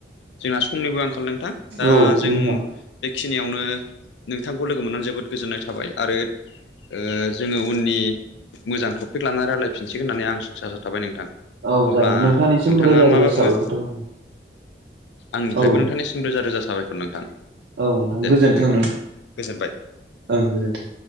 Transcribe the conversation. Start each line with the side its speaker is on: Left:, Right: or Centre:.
Left: जोंना समनिबो आंखाल नोंथां दा
Right: औ
Left: जों
Right: नोंथां
Left: बेखिनियावनो नोंथांखौ लोगो मोननानै जोबोद गोजोननाय थाबाय आरो ओ जोङो उननि मोजांटपिक लानानै रायलायफिनसिगोन होननानै आं स' थाबाय नोंथां
Right: औ
Left: अब्ला
Right: जागोन नोंथांनिसिम
Left: नोंथाङा
Right: रोजा रोजा
Left: माबा
Right: साबायखर
Left: बुंङो
Right: थाबाय
Left: आंनिफ्रायबो
Right: औ
Left: नोंथांनिसिम रोजा रोजा साबायखर नोंथां
Right: औ नोंथां
Left: दे
Right: गोजोन्थों
Left: नोंथां गोजोनबाय
Right: ओं गोजोन्थों